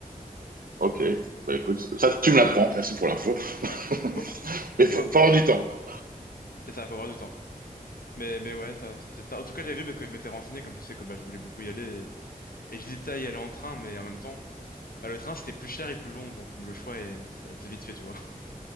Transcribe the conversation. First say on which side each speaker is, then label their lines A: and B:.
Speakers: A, on the right; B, on the left.
A: Ok. Bah, écoute, ça, tu me l'apprends. Merci pour l'info. <laughs>
B: Ouais. Bon,
A: Mais faut,
B: pour...
A: faut avoir du temps.
B: C'est ça, faut avoir du temps. Mais, mais ouais, ça, c'est ça. En tout cas, j'avais vu parce que je m'étais renseigné, comme tu sais que bah, je voulais beaucoup y aller. Et, et j'hésitais à y aller en train, mais en même temps. Bah, le train, c'était plus cher et plus long, donc le choix est c'est assez vite fait, tu vois. <laughs>